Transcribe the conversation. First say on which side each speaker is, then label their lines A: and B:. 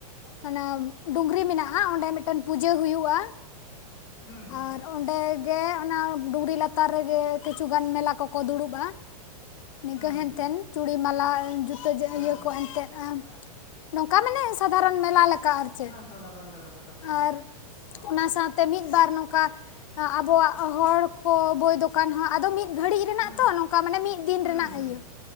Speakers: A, on the left (about 55°); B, on the left (about 20°).
A: <unintelligible> ᱰᱩᱝᱨᱤ ᱢᱮᱱᱟᱜ-ᱟ ᱚᱸᱰᱮ ᱢᱤᱫᱴᱮᱱ ᱯᱩᱡᱟᱹ ᱦᱩᱭᱩᱜ-ᱟ᱾
B: ᱦᱩᱸ ᱦᱩᱸ
A: ᱟᱨ ᱚᱸᱰᱮ ᱜᱮ ᱚᱱᱟ ᱰᱩᱝᱨᱤ ᱞᱟᱛᱟᱨ ᱨᱮᱜᱮ ᱠᱤᱪᱷᱩ ᱜᱟᱱ ᱢᱮᱞᱟ ᱠᱚᱠᱚ ᱫᱩᱲᱩᱵ-ᱟ᱾ ᱱᱤᱝᱠᱟᱹ
B: ᱦᱩᱸ
A: ᱦᱮᱱᱛᱮᱱ
B: ᱦᱩᱸ
A: ᱪᱩᱲᱤ, ᱢᱟᱞᱟ, ᱡᱩᱛᱟᱹ
B: ᱦᱮᱸ
A: ᱤᱭᱟᱹ ᱠᱚ ᱮᱱᱛᱮᱜ-ᱟᱸ᱾ ᱱᱚᱝᱠᱟ ᱢᱟᱱᱮ ᱥᱟᱫᱷᱟᱨᱚᱱ ᱢᱮᱞᱟ ᱞᱮᱠᱟ ᱟᱨ ᱪᱮᱫ
B: ᱦᱮᱸ ᱥᱟᱫᱷᱟᱨᱚᱱ ᱢᱮᱞᱟ ᱞᱮᱠᱟ ᱦᱳᱭ
A: ᱟᱨ
B: ᱚ
A: ᱚᱱᱟ ᱥᱟᱶ ᱛᱮ ᱢᱤᱫ ᱵᱟᱨ ᱱᱚᱝᱠᱟ ᱟᱵᱚᱣᱟᱜ ᱦᱚᱲ ᱠᱚ ᱵᱳᱭ ᱫᱚ ᱠᱟᱱ ᱦᱚᱸ ᱟᱫᱚ ᱢᱤᱫ ᱜᱷᱟᱹᱲᱤᱡ ᱨᱮᱱᱟᱜ
B: ᱦᱩᱸ
A: ᱛᱚ ᱱᱚᱝᱠᱟ ᱢᱟᱱᱮ ᱢᱤᱫ ᱫᱤᱱ
B: ᱦᱩᱸ
A: ᱨᱮᱱᱟᱜ
B: ᱦᱩᱸ
A: ᱤᱭᱟᱹ